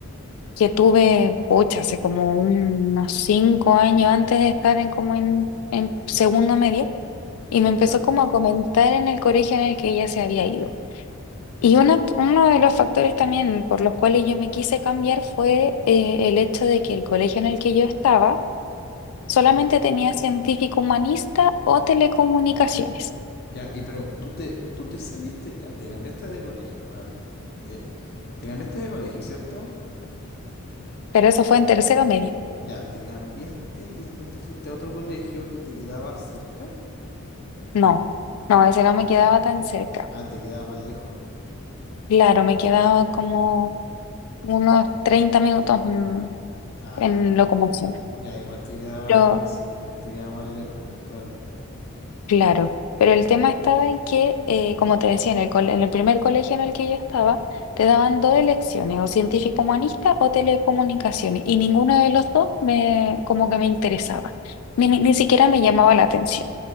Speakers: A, on the left (about 75°); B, on the left (about 45°).
A: que tuve, pucha, hace como unos cinco años antes de estar en como en, en segundo medio, y
B: Ya.
A: me empezó como a comentar en el colegio en el que ella se había ido. Y una- uno de los factores también por los cuales yo me quise cambiar fue eh, el hecho de que el colegio en el que yo estaba solamente
B: Pero,
A: tenía científico humanista o telecomunicaciones,
B: ya, y pero tú te, tú te saliste, ya, te cambiaste de colegio. A ver. eh, te cambiaste de colegio, ¿cierto?
A: pero eso fue en tercero medio.
B: Ya, te cambiaste y después te fuiste a otro colegio que te quedaba cerca.
A: No, no, ese no me quedaba tan cerca.
B: Ah, te quedaba más lejos.
A: Claro, me quedaba como unos 30 minutos mm,
B: Ah,
A: en locomoción.
B: Ya, igual te quedaba,
A: Pero,
B: sí, igual te quedaba más lejos, pues claro.
A: claro, pero el tema estaba en que, eh, como te decía, en el, cole- en el primer colegio en el que yo estaba, te daban dos elecciones, o científico humanista o telecomunicaciones, y ninguno de los dos me, como que me interesaba, ni, ni, ni siquiera me llamaba la atención.